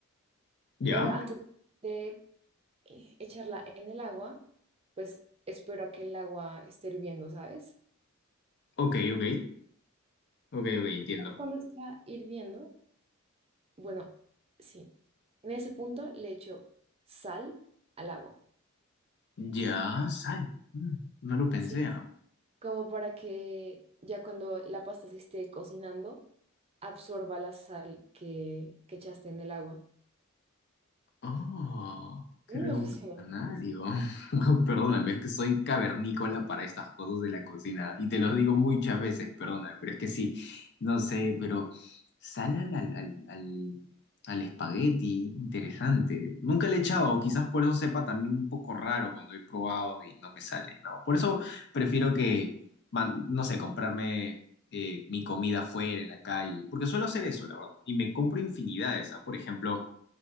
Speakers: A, on the left (about 55°); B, on the right (about 30°).
A: Ya,
B: pero antes de eh, echarla en el agua, pues espero a que el agua esté hirviendo, ¿sabes?
A: ok, ok, ok, ok, entiendo.
B: Cuando está hirviendo, Bueno, sí. En ese punto le echo sal al agua.
A: Ya, sal. Mm, no lo pensé,
B: Sí.
A: ah.
B: Como para que ya cuando la pasta se esté cocinando, absorba la sal que, que echaste en el agua.
A: Oh, qué
B: A mí
A: revolucionario.
B: me <laughs> funciona mucho eso.
A: <laughs> Perdóname, es que soy cavernícola para estas cosas de la cocina y te los digo muchas veces, perdóname, pero es que sí, no sé, pero sal al, al, al, al- al espagueti, interesante. Nunca le he echado, quizás por eso sepa también un poco raro cuando he probado y no me sale, ¿no? Por eso prefiero que, man- no sé, comprarme eh, mi comida fuera, en la calle, porque suelo hacer eso, la verdad, y me compro infinidades, ¿ah? Por ejemplo